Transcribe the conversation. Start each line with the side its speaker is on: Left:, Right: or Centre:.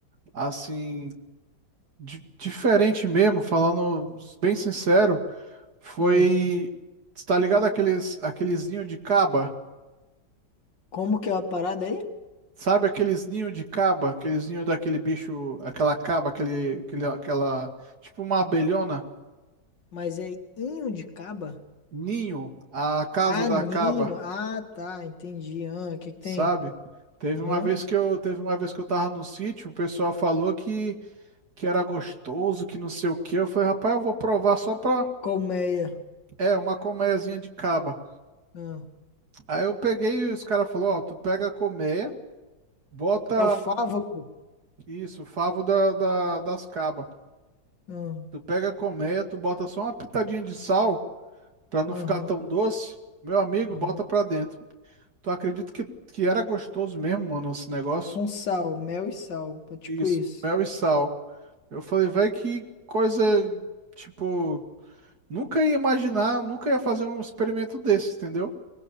Right: assim, di- diferente mesmo, falando bem sincero, foi,
Left: Ah,
Right: tá ligado aqueles, aqueles ninho de caba?
Left: como que é a parada aí?
Right: Sabe aqueles ninho de caba? Aqueles ninho daquele bicho, aquela caba, aquele, aquele, aquela, tipo uma abelhona,
Left: Mas é inho de caba?
Right: ninho, a casa
Left: Ah,
Right: da
Left: ninho,
Right: caba,
Left: ah, tá, entendi, ah, o que que
Right: sabe?
Left: tem?
Right: Teve
Left: Aham.
Right: uma vez que eu, teve uma vez que eu tava no sítio, o pessoal falou que que era gostoso, que não sei o que. Eu falei, rapaz, eu vou provar só pra.
Left: Colmeia.
Right: É, uma colmeiazinha de caba.
Left: Ah,
Right: Aí eu peguei e os caras falaram: Ó, tu pega a colmeia, bota
Left: é o favo, pô.
Right: isso, o favo da, da- das cabas.
Left: Ah,
Right: Tu pega a colmeia, tu bota só uma pitadinha de sal pra não
Left: Aham,
Right: ficar tão doce. Meu amigo,
Left: aham.
Right: bota pra dentro. Tu acredita que, que era gostoso mesmo, mano, esse negócio?
Left: Com sal, mel e sal. É tipo
Right: Isso,
Left: isso.
Right: mel e sal. Eu falei, velho, que coisa, tipo, nunca ia imaginar, nunca ia fazer um experimento desse, entendeu?